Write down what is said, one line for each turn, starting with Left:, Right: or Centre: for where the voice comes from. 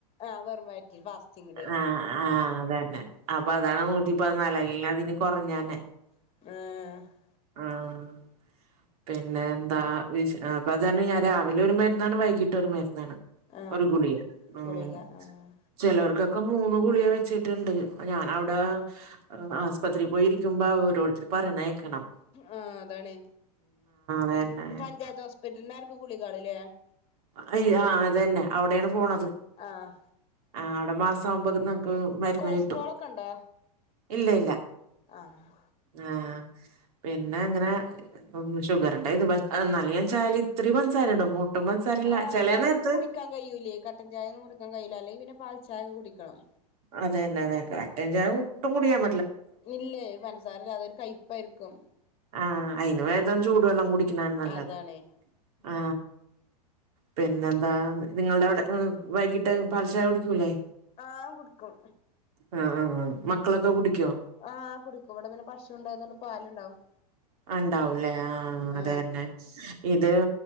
Left: ആഹ് വെറും വയറ്റിൽ ഫാസ്റ്റിങ്ങില്
Right: ആ ആഅതന്നെ അപ്പൊ അതാണ് <unintelligible> ഇപ്പൊ <unintelligible> കുറഞ്ഞന്നെ
Left: <unintelligible>
Right: ആഹ് പിന്നെ എന്താ അപ്പത് രണ്ണം ഞാൻ രാവിലെ ഒരു മരുന്നാണ് വൈകീട്ട് ഒരു മരുന്നാണ്
Left: ആഹ്
Right: ഒരു ഗുളിയ മം
Left: ഗുളിക ആഹ്
Right: ചെലോർകൊക്കെ മൂന്ന് ഗുളിക വെച്ചിട്ടുണ്ട് ഞാൻ അവിടെ ആസ്‌പത്രിയിൽ പോയിരിക്കുമ്പ ഓരോരുത്തര് പറയണേ ക്കണം.
Left: ആ അതാണ്
Right: അതന്നെ
Left: പഞ്ചായത്ത് ഹോസ്പിറ്റലിനാർക്കു ഗുളികളില്ലേ
Right: അയി ആ അതന്നെ അവിടെണ് പോണത്.
Left: ആഹ്
Right: ആ വിടെ മാസമാകുമ്പോ നമക്ക് മരുന്ന്
Left: കൊളസ്ട്രോൾ
Right: കിട്ടും
Left: ഒക്കെ ഉണ്ടോ
Right: ഇല്ല ഇല്ല
Left: ആഹ്
Right: ആ പിന്നെങ്ങനെ. ഉം ഷുഗറു ണ്ടായി ഇന്നാലും ഞാ ചായില് ഇച്ചിരി പൻസാര ഇടും ഒട്ടും സാരല്ലചെലെ
Left: ആഹ് ഇല്ല അതൊക്കെ
Right: നേരത്ത്
Left: കുടിക്കാൻ കഴിയൂലേ കട്ടൻ ചായ ഒന്നും കുടിക്കാൻ കഴിയില്ല അല്ലെങ്കിൽ പിന്നെ പാൽച്ചായ കുടിക്കണം
Right: അതെന്നെ അതേ കട്ടൻചായ ഒട്ടും കുടിക്കൻ
Left: ഇല്ലേ പൻസാരല്ലാതെ ഒരു കയി പ്പായിരിക്കും
Right: ആഹ് അയിന് ബേദം ചൂട് ള്ളം കുടിക്കണ നല്ലത്
Left: അതാണ്
Right: ആ പിന്നെന്താ നിങ്ങൾടെ അവിടെ വൈകിട്ട് പാൽചായ കുടിക്കൂലേ
Left: ആ കുടുക്കും
Right: ആഹ് ആഹ് ആ മക്കളൊക്കെ കുടിക്കോ.
Left: ആഹ കുടിക്കും ഇവിടെ പിന്നെ പശു ഉണ്ടായതൊണ്ട് പാലുണ്ടാക്കും
Right: ആ, ഉണ്ടാവൂലേ ആഹ്
Left: ആ
Right: അതന്നെ ഇത്